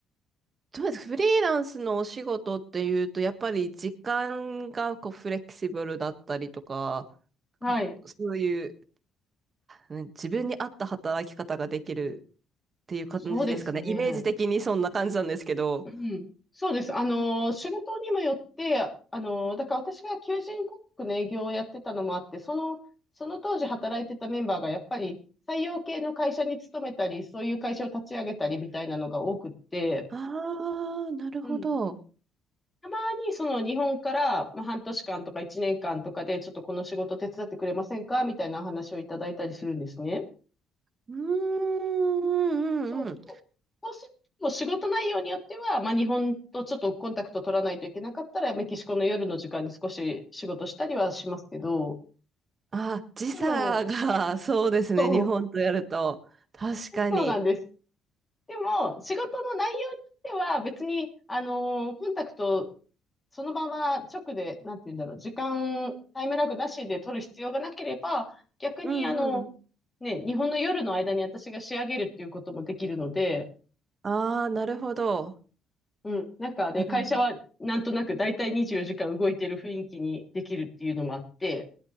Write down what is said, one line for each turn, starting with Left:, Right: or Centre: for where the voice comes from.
Right: どうですフリーランスのお仕事っていうと、やっぱり時間がこうフレキシブルだったりとか、
Left: はい。
Right: こうそういううん自分に合った働き方ができるっていう感じですかね。
Left: そうですね。
Right: イメージ的にそんな感じなんですけど。
Left: うん、そうです。あのー、仕事にもよって、あのー、だから私が求人広告の営業をやってたのもあって、その、その当時働いてたメンバーがやっぱり採用系の会社に勤めたり、そういう会社を立ち上げたりみたいなのが多くって、
Right: ああ、なるほど。
Left: うん。たまにその日本から、まあ、半年間とか1年間とかで、ちょっとこの仕事手伝ってくれませんかみたいなお話をいただいたりするんですね。
Right: うーん、うん、
Left: そうそう。
Right: うん。
Left: そうすると、もう仕事内容によっては、まあ、日本とちょっとコンタクト取らないといけなかったら、メキシコの夜の時間に少し仕事したりはしますけど、
Right: あ、時差が、
Left: でも、
Right: そうですね。
Left: そう、
Right: 日本とやると。確かに。
Left: そうなんです。でも、仕事の内容によっては、別に、あのーコンタクト、そのまま直で、なんて言うんだろう、時間、タイムラグなしで取る必要がなければ、逆に、
Right: うんうん。
Left: あの、ね、日本の夜の間に私が仕上げるっていうこともできるので、
Right: ああ、なるほど。
Left: うん。なんかで、
Right: なるほ
Left: 会社はなんとなく大体24時間動いてる雰囲気にできるっていうのもあって、